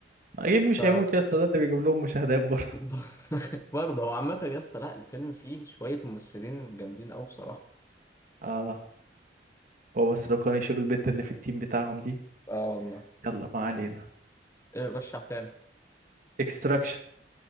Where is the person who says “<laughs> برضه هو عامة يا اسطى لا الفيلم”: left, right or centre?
Left